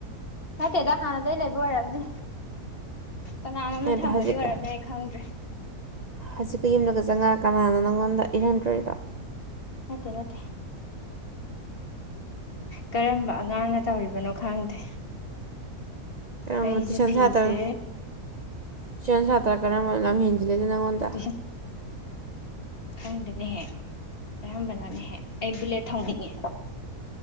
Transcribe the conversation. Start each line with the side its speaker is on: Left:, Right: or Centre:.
Left: ꯅꯠꯇꯦꯗ ꯍꯥꯟꯅꯗꯒꯤꯩ ꯂꯩꯕ ꯑꯣꯏꯔꯝꯅꯤ ꯀꯅꯥꯅꯣꯝꯅ
Right: ꯅꯠꯇꯦ
Left: ꯊꯝꯕꯗꯤ
Right: ꯍꯧꯖꯤꯛꯀ
Left: ꯑꯣꯏꯔꯝꯅꯦ ꯑꯩ ꯈꯪꯗ꯭ꯔꯦ
Right: ꯍꯧꯖꯤꯛꯀ ꯌꯨꯝꯗꯒ ꯆꯪꯉ ꯀꯅꯥꯅꯣ ꯅꯪꯉꯣꯟꯗ ꯏꯔꯝꯗꯣꯕ
Left: ꯅꯠꯇꯦ ꯅꯠꯇꯦ ꯀꯔꯝꯕ ꯑꯉꯥꯡꯅ ꯇꯧꯔꯤꯕꯅꯣ ꯈꯪꯗꯦ
Right: ꯀꯔꯝꯕ
Left: ꯑꯩꯁꯦ
Right: ꯇꯨꯏꯁꯟ
Left: ꯐꯤꯁꯦ
Right: ꯁꯥꯇ꯭ꯔ ꯇꯨꯏꯁꯟ ꯁꯥꯇ꯭ꯔ ꯀꯔꯝꯕꯅ ꯂꯝ ꯍꯦꯟꯖꯤꯜꯂꯦꯗ ꯅꯪꯉꯣꯟꯗ
Left: ꯍ ꯈꯪꯗꯦꯅꯦꯍꯦ ꯀꯌꯥꯝꯝꯕꯅꯣꯅꯦꯍꯦ ꯑꯩ ꯕꯨꯂꯦꯠ ꯊꯧꯅꯤꯡꯉꯦ